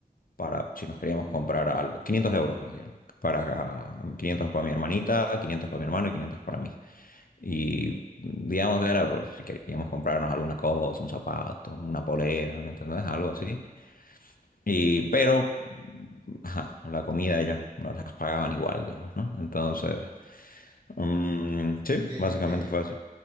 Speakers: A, on the left; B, on the right.
A: para si nos queríamos comprar algo. quinientos euros nos dieron. Para, quinientos para mi hermanita, 500 para mi hermano y 500 para mí. Y digamos, era por si queríamos comprarnos alguna cosa, un zapato, una polera, ¿me entendés? Algo así. Y, pero, ajá, la comida ellas nos las pagaban igual, digamos, ¿no? Entonces, mm, sí,
B: ¿Y qué,
A: básicamente
B: qué,
A: fue así.